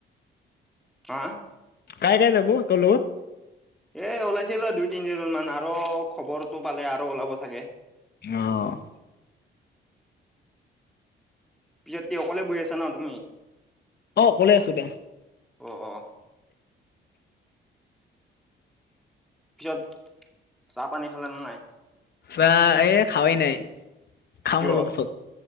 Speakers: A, in the centre; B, on the left.
A: হা
B: কাই কাই যাব তৰলোকত?
A: এ! ওলাইছিল দুই তিনিজন মান আৰু খবৰটো পালে আৰু ওলাব চাগে
B: অ',
A: পিছত কি অকলে বহ আছা। ন তুমি।
B: অ', অকলে আছো দিয়া।
A: অ অ পিছত চাহ পানী খালে নে নাই।
B: চাহয়ে খাৱাই নাই। খাম
A: কিয়
B: অলপ পাছত।